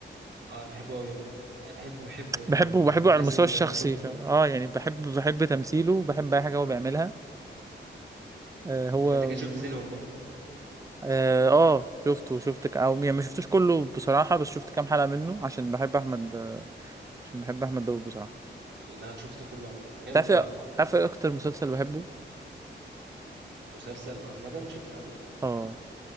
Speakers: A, on the right (about 70°); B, on the right (about 15°).
A: اه انا بحبه قوي يا ابني أنا بحبه بحبه يعني
B: بحبه
A: هو بقى
B: بحبه
A: من الناس
B: على المستوى
A: اللي
B: الشخصي
A: بحب اشوفهم
B: ف... اه يعني بحب بحب تمثيله وبحب اي حاجه هو بيعملها آه هو
A: يبقى انت كده شفت زينهم بقى
B: اه آه، شفته شفت ك- او يعني ما شفتوش كله بصراحه بس شفت كام حلقه منه عشان بحب احمد آه، عشان بحب احمد داوود بصراحه
A: لا، انا شفته كله عامة جامد
B: تعرف
A: قوي
B: إيه-
A: على فكرة
B: عارف إيه اكتر مسلسل بحبه
A: مسلسل عامة بشكل عام
B: اه